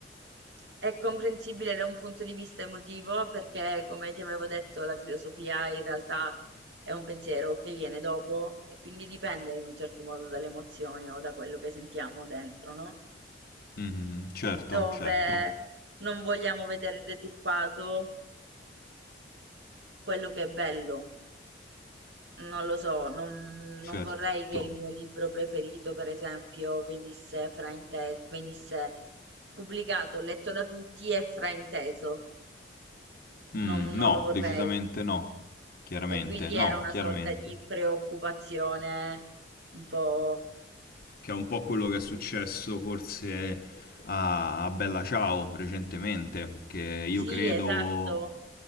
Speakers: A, on the right; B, on the left.
A: è comprensibile da un punto di vista emotivo perché, come ti avevo detto, la filosofia in realtà è un pensiero che viene dopo e quindi dipende in un certo modo dalle emozioni o da quello che sentiamo dentro, no?
B: mhm, Certo,
A: Dove
B: certo,
A: non vogliamo vedere deturpato quello che è bello. Non lo so, non,
B: certo.
A: non vorrei che il mio libro preferito, per esempio, venisse frainteso, venisse pubblicato, letto da tutti e frainteso.
B: Mm,
A: non non
B: no,
A: lo vorrei.
B: decisamente no. Chiaramente,
A: E quindi
B: no,
A: era una
B: chiaramente.
A: sorta di preoccupazione un po'...
B: che è un po' quello che è successo forse a, a Bella Ciao recentemente, che
A: Sì,
B: io credo
A: esatto.